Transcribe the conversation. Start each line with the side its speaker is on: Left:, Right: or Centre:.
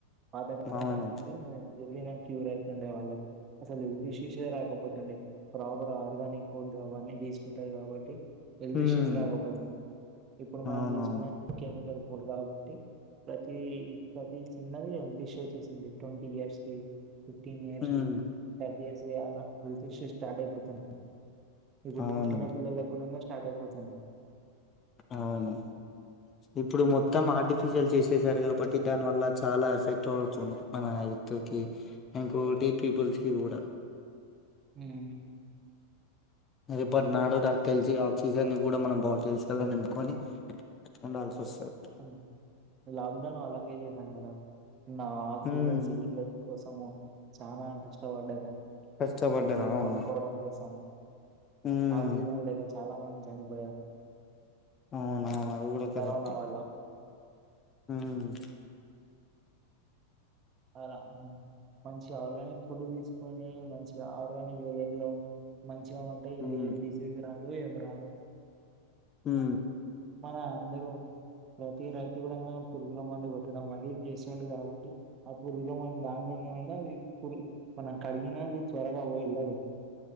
Right: పాతకాలం
Left: అవును
Right: అంటే వెళ్లిన క్యూర్ అయితుండే వాళ్ళకి అసలు హెల్త్ ఇష్యూస్ ఏ రాకపోతుండే ప్రాపర్ ఆర్గానిక్ ఫుడ్ అవన్నీ తీసుకుంటారు కాబట్టి హెల్త్
Left: హ్మ్
Right: ఇష్యూస్ రాకపో తుండే ఇప్పుడు మనం
Left: అవునవును
Right: తీసుకునే కెమికల్స్ ఇడు కాబట్టి ప్రతి ప్రతి చిన్నది హెల్త్ ఇష్యూ వచ్చేసింది ట్వంటీ ఇయర్స్ కి ఫిఫ్టీన్ ఇయర్సు
Left: హ్మ్
Right: థర్టీ ఇయర్స్ చేయలే హెల్త్ ఇష్యూస్ స్టార్ట్ అయ్ పోతున్నయ్ ఇప్పుడు
Left: అవును
Right: పుట్టిన పిల్లలకు కూడాంగ స్టార్ట్ అయిపోతున్నాయి
Left: అవును ఇప్పుడు
Right: హ్మ్.
Left: మొత్తం ఆర్టిఫిషియల్ చేసేసారు కాబట్టి దానివల్ల చాలా ఎఫెక్ట్ పడుతుంది మన హల్త్ కి ఇంకోటి
Right: ఊ
Left: పీపుల్స్ కి కూడా రేపుట్నాడు నాకు తెలిసి ఆక్సిజన్ ని కూడా మన బాటిల్స్ లల నింపుకొని ఉండాల్సి వస్తది
Right: హ్మ్. లాక్‌డౌన్ అలాగే చేసాం కదా నా ఆక్సిజన్
Left: హ్మ్
Right: సిలిండర్ కోసము చనా కష్టపడ్డను
Left: కష్టపడ్డారు
Right: అవి
Left: అవును
Right: కొనుక్కోవడం కోసం
Left: హ్మ్
Right: ఆ సీజన్ల అదే చాలా మంది చనిపోయారు
Left: అవునవును అది గుడా కరెక్టే
Right: కరోనా వల్ల.
Left: హ్
Right: అలా మంచి ఆర్గానిక్ ఫుడ్ తీసుకొని మంచిగా ఆర్గానిక్ వెదర్ లో మంచి చిగా ఉంటాయి.
Left: హ్మ్
Right: ఏ డిసీజ్ రాదు ఏం రాదు రాదు
Left: హ్
Right: మన అందరూ ప్రతి రైతు కూడాం పురుగుల మందు కొట్టడం అది ఇది జెస్తే చ్చింది. కాబట్టి ఆ పురుగులో మనం దానీ మీద పురు మనం కడిగిన ఆది త్వరగా వెళ్ళదు.